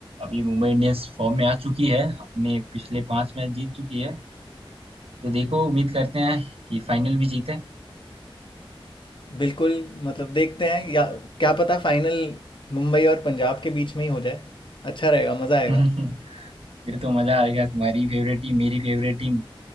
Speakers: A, on the right; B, on the left.
A: अभी मुंबई इंडियंस फॉर्म में आ चुकी है अपने पिछले पांच मैच जीत चुकी है तो देखो उम्मीद करते हैं कि फाइनल भी जीते
B: बिल्कुल मतलब देखते हैं या क्या पता फाइनल मुंबई और पंजाब के बीच में ही हो जाए अच्छा रहेगा मज़ा
A: <laughs>
B: आएगा
A: हम्म, फिर तो मजा आएगा तुम्हारी फेवरेट टीम मेरी फेवरेट टीम